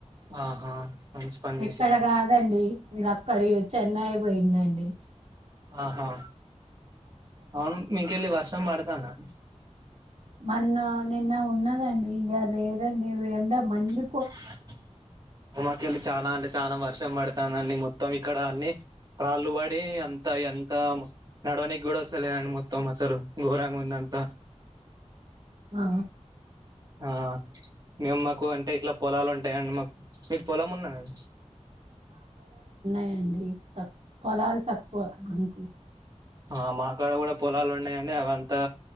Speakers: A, on the right; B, on the right.
A: ఆహా మంచి పని
B: ఎక్కడ
A: చేసిల్లు
B: గాదండి ఇంగక్కడి చెన్నై బోయిందండి.
A: అహా ఔన్ మీకెళ్ళి వర్ష్ తం బడ్తానా
B: మన్న నిన్న ఉన్నదండి ఇగ లేదండి వెండ మండి.
A: <unintelligible> చానా అంటె చానా వర్షం పడతానండి మొత్తం ఇక్కడ అన్ని రాళ్ళు బడి అంత ఎంత మ నడవనీగ్గూడొస్తలేదండి మొత్తం అసలు. ఘోరంగుందంత.
B: ఆ
A: ఆ మేమ్ మాకు అంటె ఇట్ల పొలాలుం టయండి మాకు మీక్ పొలమున్నద
B: యేండి త పొలాల్ తక్కువ అన్
A: ఆ మా కాడ గూడా పొలాలు ఉన్నాయని అవంతా